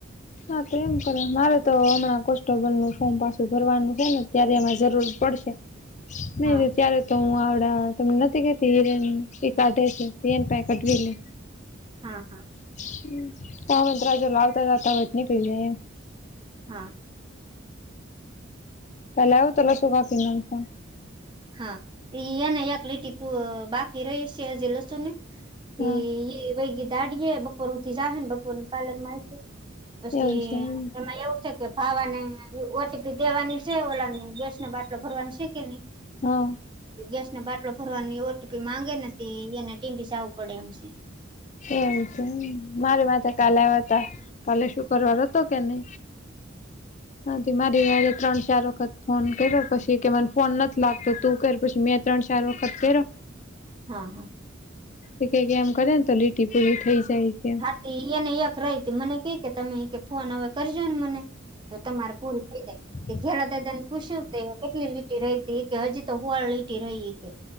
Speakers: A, on the left; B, on the right.
A: હા તો એમ કરો મારે તો હમણાં કોન્સ્ટેબલ નું ફોર્મ પાછું ભરવાનું હે ને ત્યારે એમાં જરૂર પડશે <unintelligible> મે
B: હા
A: કુ ત્યારે તો હું આવડા તને નથી કેતી હિરેન એ કાઢે છે એની પાહે કઢવી લે.
B: હા હા,
A: <unintelligible> <inaudible> આવતા જતા હોય તો નીકળી જાય એમ.
B: હા,
A: કાલે આવીયો તો લસુ કાપીને લાવતા,
B: હા ઇ એને એક લીટી પ બાકી રહીશે લસુ ની
A: હા
B: એ ઇ વૈગી દાડીએે બપોર હુદી જાહે બપોર કાલે એના માયકે. પછી
A: એવું છે એમ
B: તમા એવુ, કે ભાવાને ઓટીપી દેવાની છે ઓલા ને ગેસ નો બાટલો ભરવાની છે કે ની,
A: હા,
B: ગેસ નો બાટલો ભરવાની ઓટીપી માંગે ને તો એને ટીંબે જાવું પડે એમ છે.
A: એમ છે મારે માથે
B: હા
A: કાલે આવે તા કાલે શું, પરવાર
B: હા
A: હતો કે નઇ, હા તો મારે હારેય ત્રણ ચાર વખત ફોન કર્યો પછી કે મને ફોન નથી લાગતો તું કર પછી મેં ત્રણ ચાર વખત કયરો
B: હા,
A: એ કંઈક એમ કરે ને તો લીટી પૂરી થઇ જાય છેએમ કે,
B: હા એને એક રહી તી મને કે કે તમે એ કે ફોન હવે કરજો ને મને તો તમારે પૂરું,
A: <inaudible>
B: કે ખેડાતા તેને પૂછ્યું તે કેટલી લીટી રહી તી એ કે હજી તો હોળ લીટી રહી કે